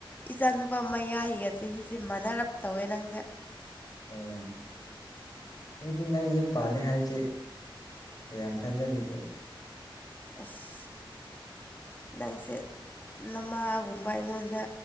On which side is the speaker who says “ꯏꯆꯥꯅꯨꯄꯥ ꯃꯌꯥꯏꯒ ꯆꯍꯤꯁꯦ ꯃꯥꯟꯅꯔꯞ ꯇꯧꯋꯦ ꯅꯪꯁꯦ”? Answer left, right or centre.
Left